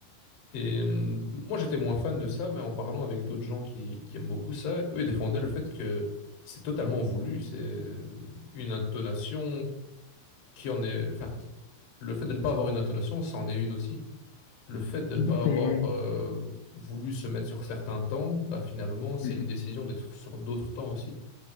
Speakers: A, on the left; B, on the left.
A: Et euh, moi, j'étais moins fan de ça, mais en parlant avec d'autres gens qui, qui aiment beaucoup ça, eux ils défendaient le fait que c'est totalement voulu. C'est hum, une intonation qui en est... Enfin, le fait de ne pas avoir une intonation, c'en est une aussi. Le fait de
B: D'accord,
A: ne pas avoir
B: ouais.
A: euh, voulu se mettre sur certains temps, bah, finalement, c'est
B: Mhm.
A: une décision d'être sur d'autres temps aussi.